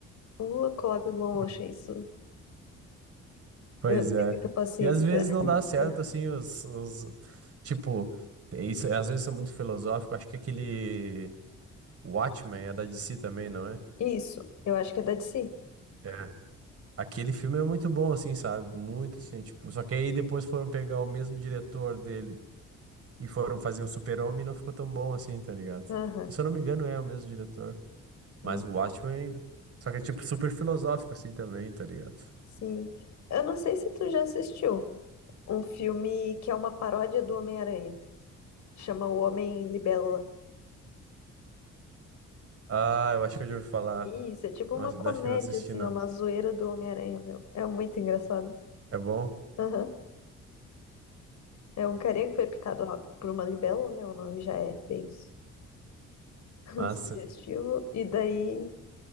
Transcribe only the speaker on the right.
<laughs>
Pois
é.
E às vezes
não dá certo, assim, os, os tipo, é isso, às vezes são muito filosóficos. Acho que aquele Watchmen é da DC também, não é?
É. Aquele filme é muito bom, assim, sabe? Muito, assim, tipo... Só que aí depois foram pegar o mesmo diretor dele e foram fazer um Super-Homem e não ficou tão bom assim, tá ligado?
Se eu não me engano, é o mesmo diretor. Mas
o Watchmen... Só que é, tipo, super filosófico, assim, também, tá ligado?
Ah, eu acho que eu já ouvi falar.
Não,
acho
acho que não assisti,
não.
É bom?
Massa.